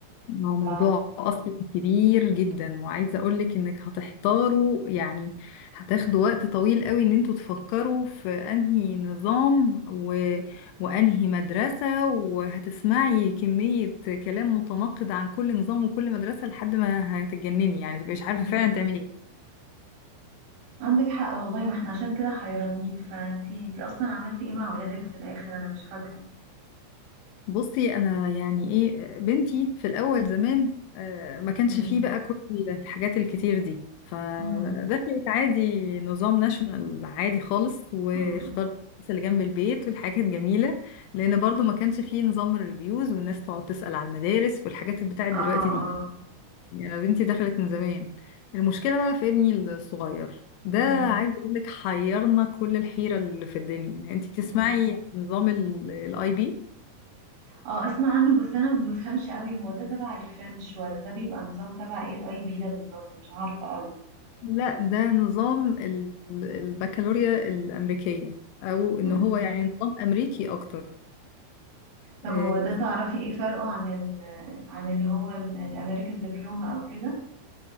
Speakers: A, on the left; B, on the right.
A: هو
B: ف
A: موضوع أصلا كبير جدا وعايزة أقولك إنك هتحتاروا يعني هتاخدوا وقت طويل قوي إن انتوا تفكروا في أنهي نظام و... وأنهي مدرسة وهتسمعي كمية كلام متناقض عن كل نظام وكل مدرسة لحد ما هتتجنني يعني تبقي مش عارفة
B: م- م.
A: فعلا تعملي إيه
B: عندك حق والله ما احنا عشان كده حيرانين فانتي انتي أصلا عملتي ايه مع ولادك في الآخر أنا مش فاكرة
A: بصي انا يعني ايه بنتي في الاول زمان آه، ما كانش
B: م-
A: فيه بقى كل الحاجات الكتير دي فدخلت
B: م- م-
A: عادي نظام ناشونال عادي خالص واختارت
B: م.
A: المدرسة اللي جنب البيت والحاجات الجميلة لان برضو ما كانش فيه نظام الريفيوز والناس تقعد تسأل على المدارس والحاجات اللي بتاعت
B: اه
A: دلوقتي دي
B: اه
A: يعني انا بنتي دخلت من زمان المشكلة بقى في ابني الصغير ده
B: م-
A: عايز اقول لك حيرنا كل الحيرة اللي في الدنيا يعني انت تسمعي
B: م.
A: عن نظام الاي بي
B: اه اسمع عنه بس انا ما بفهمش قوي هو ده تبع الفرنش ولا ده بيبقى نظام تبع ايه الاي بي ده بالظبط مش عارفة قوي
A: لا ده نظام ال- البكالوريا الأمريكية أو إن
B: مم.
A: هو يعني نظام أمريكي أكتر
B: طب
A: آه،
B: هو ده
A: في-
B: تعرفي ايه فرقه عن ال عن اللي هو ال- الامريكان دبلوما او كده